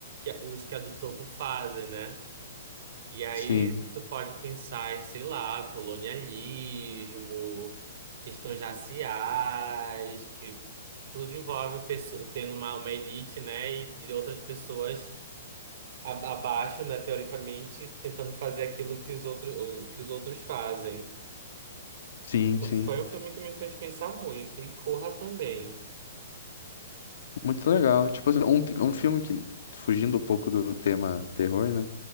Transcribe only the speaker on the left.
Sim,
sim,
sim.
Muito legal. Tipo, assim, um, um filme que, fugindo um pouco do tema terror, né?